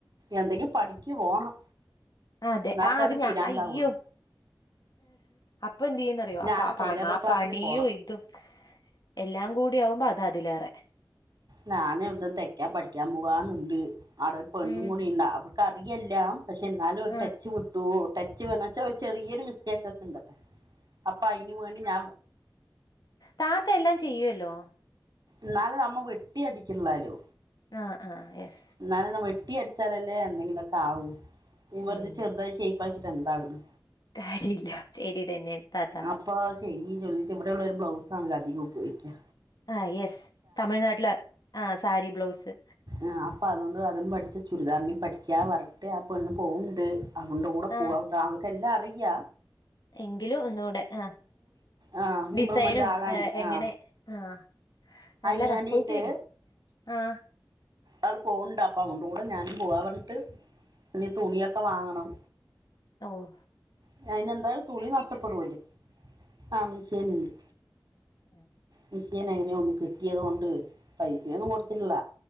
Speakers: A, on the right (about 55°); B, on the left (about 60°).
A: എന്തെങ്കി പണിക്ക് പോണം.
B: അതെ
A: എന്നാൽ
B: ആ
A: തന്നെ
B: അത് ഞാ.
A: പിരാന്താവുള്ളൂ
B: അയ്യൊ അപ്പ എന്തെയ്ന്നറിയോ
A: ഞാൻ
B: അപ്പ പ
A: ടൈലറിംഗ്
B: ആ
A: ക്ലാസ്സിന്
B: പണിയോ.
A: പോണം
B: ഇതും എല്ലാം കൂടി ആകുമ്പോ അതതിലേറെ.
A: ഞാന് ത് തെക്ക്യാൻ പഠിക്ക്യാൻ പോവാന്നുണ്ട് അടൊര് പെണ്ണും
B: ഉം
A: കൂടിണ്ട അവൾക്കറിയല്ലാം. പക്ഷെ ന്നാലും ഒരു
B: ആ
A: ടച്ച് വിട്ടു ടച്ച് പർഞ്ഞ വച്ചാ ഒരു ചെറിയൊരു മിസ്റ്റേക്കൊക്കെണ്ടത. അപ്പ അയ്നു വേണ്ടി ഞാ.
B: താത്തെല്ലാം ചെയ്യുവല്ലോ.
A: ന്നാള് നമ്മ വെട്ടി അടിക്കിള്ളാലോ.
B: ആഹ് ആഹ് യെസ്.
A: ന്നാലൊന്ന് വെട്ടി അട്ച്ചാലല്ലേ എന്തെങ്കിലൊക്കാവൂ ഇ
B: ഉം
A: വെർതെ ചെർതായി ഷേപ്പാക്കിട്ടെന്താക്ണ്.
B: കാര്യമില്ല ശരി തന്നെ. താത്ത
A: അപ്പൊ ശരി ചൊല്ലിട്ട് ഇവടെള്ളരു ബ്ലൗസാണല്ലോ അധികം ഉപയോഗിക്ക്യ.
B: ആഹ് യെസ് തമിഴ്നാട്ടില ആഹ് സാരി ബ്ലൗസ്.
A: ആഹ് അപ്പ അതുകൊണ്ട് അതും പഠ്ച്ച ചുരിദാറിന് പഠിക്ക്യാ പർഞ്ഞിട്ട് ആ പെണ്ണ് പോവുണ്ട്. അതുകൊണ്ട് കൂടെ
B: ആ
A: പോവാട്ട അവൾക്കെല്ലാ അറിയാ.
B: എങ്കിലു ഒന്നൂടെ ആ
A: ആ
B: ഡിസൈനും
A: ഇമ്പ്രൂവ്മെന്റ് ആകാന്
B: എ എങ്ങനെ
A: ആ
B: ആഹ്. നല്ലതാ
A: അയിനാണ്ടീട്ട്
B: പോയിട്ട് വര് ആഹ്.
A: ആള് പോവ്ണ്ട് അപ്പ അവൾടെകൂടെ ഞാനും പോവാ പർഞ്ട്ട് ഞ്ഞ് തുണിയൊക്ക വാങ്ങണം.
B: ഓഹ്.
A: ഞ്ഞയിനെന്താ തുണി നഷ്ടപ്പെടുവല്ലോ ആ മിഷിന്ണ്ട്.
B: അ എ
A: മശിനെങ്ങന്യോ ഒന്ന് കിട്ട്യത് കൊണ്ട് പൈസയൊന്നും കൊടുത്തില്ല